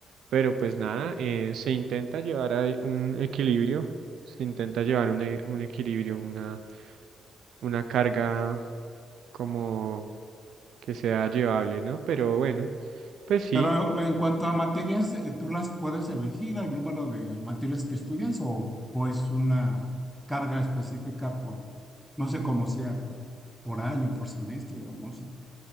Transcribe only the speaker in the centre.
Pero en cuanto a materias, eh, ¿tú las puedes elegir el número de materias que estudias o, o es una carga específica por, no sé cómo sea, por, por año, por semestre o no sé?